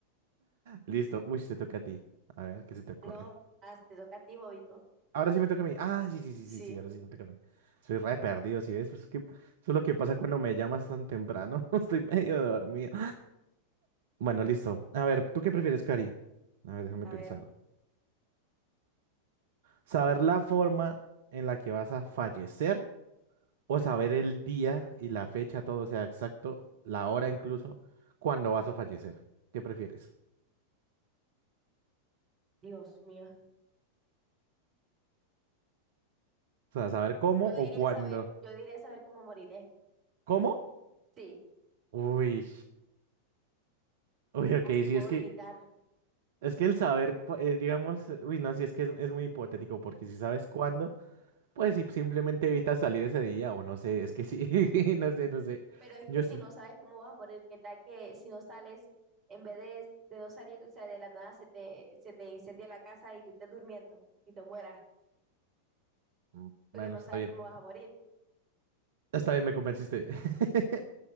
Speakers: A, on the right; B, on the right.
A: Listo, uy, te toca a ti. A ver, ¿qué se te ocurre?
B: No, hazte toca a ti, bobito.
A: Ahora sí me toca a mí. Ah, sí, sí, sí,
B: Sí,
A: sí, sí, ahora sí me toca a mí. Soy re perdido, ¿sí ves? Pues es que eso es lo que pasa cuando me llamas tan temprano. <laughs> Estoy medio dormido. Bueno, listo. A ver, ¿tú qué prefieres, Cari? A ver, déjame
B: a
A: pensar.
B: ver,
A: Saber la forma en la que vas a fallecer o saber el día y la fecha, todo, o sea, exacto, la hora incluso, cuando vas a fallecer. ¿Qué prefieres?
B: Dios mío.
A: O sea, saber cómo
B: Yo
A: o
B: diría
A: cuándo.
B: saber, yo diría saber cómo moriré.
A: ¿Cómo?
B: Sí,
A: Uy. Uy, ok,
B: así puedo
A: sí, es que,
B: evitar.
A: es que el saber, cu- eh, digamos, uy, no, sí, es que es, es muy hipotético, porque si sabes cuándo, pues si simplemente evitas salir ese día, o no sé, es que sí, <laughs> no sé, no sé.
B: Pero es
A: Yo
B: que
A: estoy...
B: si no sabes cómo vas a morir, qué tal que si no sales, en vez de, de no salir, o sea, de la nada se te, se te incendia la casa y tú estés durmiendo y te mueras,
A: mm,
B: porque
A: Bueno,
B: no
A: está
B: sabes
A: bien.
B: cómo vas a morir.
A: Está bien, me convenciste. <laughs>